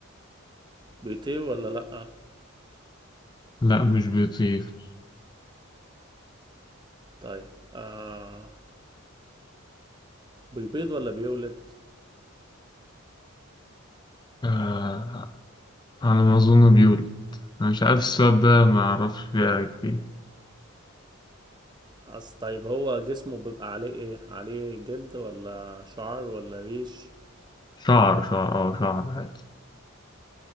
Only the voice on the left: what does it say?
لا مش بيطير
آه، على ما أظن بيولد أنا مش عارف السؤال ده ما أعرفش فيها كتير
شعر شعر اه شعر عادي